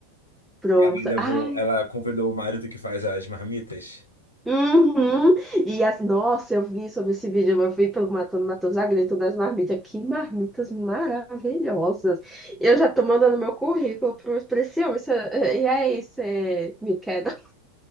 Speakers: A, in the centre; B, on the left (about 85°).
A: Pronto.
B: Ela levou,
A: Ai.
B: ela convidou o marido que faz as marmitas,
A: Uhum. E as, nossa, eu vi sobre esse vídeo, eu vi pelo Matando Matheus a Grito das marmitas. Que marmitas maravilhosas. Eu já tô mandando meu currículo para esse homem. Isso é- E aí, você me quer dar <laughs>